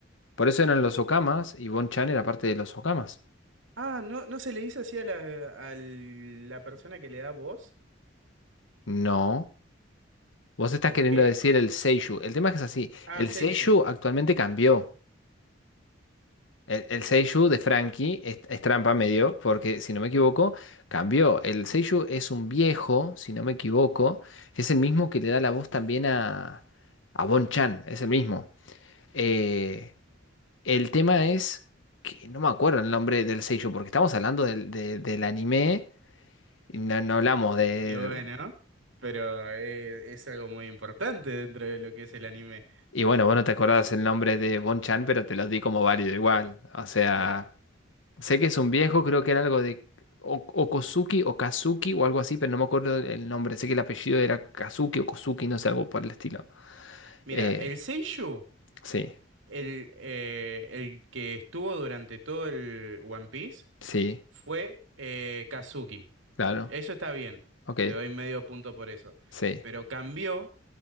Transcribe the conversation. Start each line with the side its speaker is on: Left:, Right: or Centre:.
Left: Por eso eran los Okamas y Bonchan era parte de los Okamas.
Right: Ah, no, ¿no se le dice así a la, a la persona que le da voz?
Left: No. Vos estás
Right: Ok.
Left: queriendo decir el seiyuu. El tema es que es así.
Right: Ah,
Left: El
Right: Seiyo.
Left: seiyuu actualmente cambió. El, el seiyuu de Frankie es, es trampa medio, porque si no me equivoco, cambió. El seiyuu es un viejo, si no me equivoco, que es el mismo que le da la voz también a, a Bon-chan. Es el mismo. Eh, el tema es que no me acuerdo el nombre del seiyuu, porque estamos hablando del, de- del anime y no, no hablamos de,
Right: Y bueno, pero eh, es algo muy importante dentro de lo que es el anime.
Left: Y bueno, vos no te acordabas el nombre de Bon Chan, pero te los di como válido igual. O sea,
Right: Bueno,
Left: sé que es un viejo, creo que era algo de O- Okosuki o Kazuki o algo así, pero no me acuerdo el nombre. Sé que el apellido era Kazuki o Kosuki, no sé, algo por el estilo.
Right: mira,
Left: Eh,
Right: el Seiyu,
Left: sí,
Right: el, eh, el que estuvo durante todo el One Piece.
Left: sí,
Right: fue eh, Kazuki.
Left: claro,
Right: Eso está bien,
Left: ok,
Right: te doy medio punto por eso.
Left: sí.
Right: Pero cambió